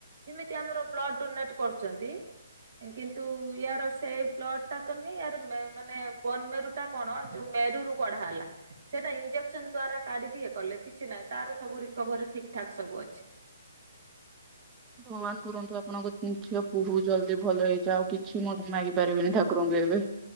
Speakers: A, on the right; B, on the right.
A: ଯେମିତି ଆମର ବ୍ଲଡ ଡୋନେଟେ କରୁଛନ୍ତି କିନ୍ତୁ ୟାର ସେ ବ୍ଲ ଟା ତୁହଁ ୟ ମାନେ ବନମେରୁ ଟା କଣ ଯୋଉ ମେରୁରୁୁ କଢା ହେଲା। ସେଇଟା ଇଞ୍ଜେକ୍ସନ ଦ୍ୱାରା କାଢ଼ିକି ଇ ଏ କଲେ କିଛି ନାହିଁ ତାର ସବୁ ରିକଭରି ଠିକ୍ ଠାକ ସବୁ ଅଛି।
B: ଭଗବାନ କରୁନ୍ତୁ ଆପଣଙ୍କ ଝିଅ ବୁହ ଜଲ୍ଦି ଭଲ ହେଇଯାଉ ଆଉ କିଛି ମେ ମାଗି ପାରିବିନି ଠାକୁରଙ୍କୁ ଏବେ।